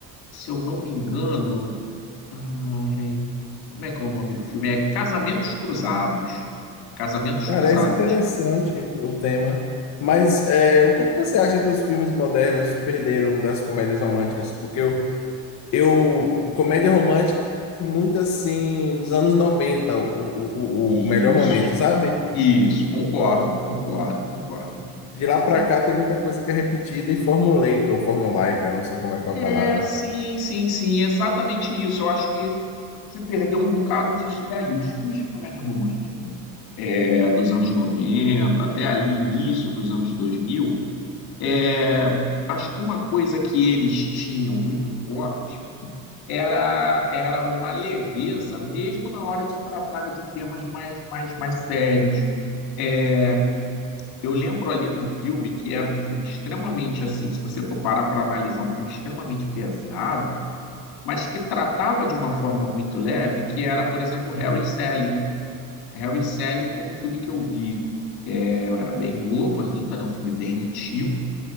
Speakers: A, on the left; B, on the left.
A: Se eu não me engano, ai, como é que é o nome do filme? É Casamentos Cruzados. Casamentos
B: Parece
A: Cruzados.
B: interessante o tema. Mas é, o que é que você acha que os filmes modernos perderam das comédias românticas? Porque eu, eu o comédia romântica muito assim dos anos 90 o, o, o
A: Isso,
B: o melhor momento, sabe?
A: isso, concordo, concordo, concordo.
B: De lá pra
A: É,
B: cá tem muita coisa que é repetida e formulaica ou formulaica, não sei como é que
A: É,
B: é a palavra.
A: sim, sim, sim, exatamente isso. Eu acho que se perdeu um bocado disso daí. Os filmes de comédia romântica é, dos anos 90 até ali início dos anos 2000, é, acho que uma coisa que eles tinham muito forte era, era uma leveza, mesmo na hora de tratar de temas mais, mais, mais sérios. É, Eu lembro ali de um filme que era um filme extremamente assim, se você for parar para analisar, um filme extremamente pesado, mas que tratava de uma forma muito leve, que era, por exemplo, Harry e Sally. Harry e Sally foi um filme que eu vi, é, eu era bem novo ainda, né, um filme bem antigo,